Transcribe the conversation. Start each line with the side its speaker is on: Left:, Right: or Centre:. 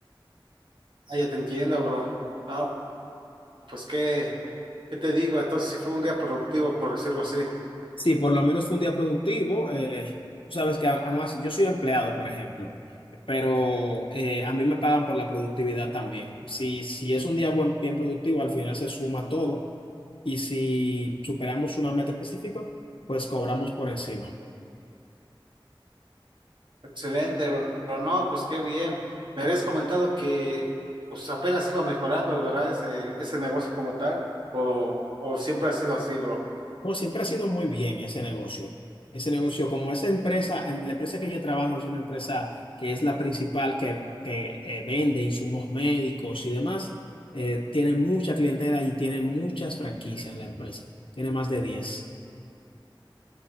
Right: Ah, ya te entiendo, bro. Ah, pues qué, ¿qué te digo? Entonces sí fue un día productivo, por decirlo así.
Left: Sí, por lo menos fue un día productivo. eh, tú sabes que a- aún así, yo soy empleado, por ejemplo, pero eh, a mí me pagan por la productividad también. Si, si es un día buen- bien productivo, al final se suma todo y si superamos una meta específica, pues cobramos por encima.
Right: Excelente, bro. No, pues qué bien. Me habías comentado que pues apenas iba mejorando, ¿verdad? Ese, ese negocio como tal. O, o siempre ha sido así, bro.
Left: No, siempre ha sido muy bien ese negocio. Ese negocio, como esa empresa, en la empresa que yo trabajo es una empresa que es la principal que, que, eh, vende insumos médicos y demás, eh, tiene mucha clientela y tiene muchas franquicias la empresa. Tiene más de 10.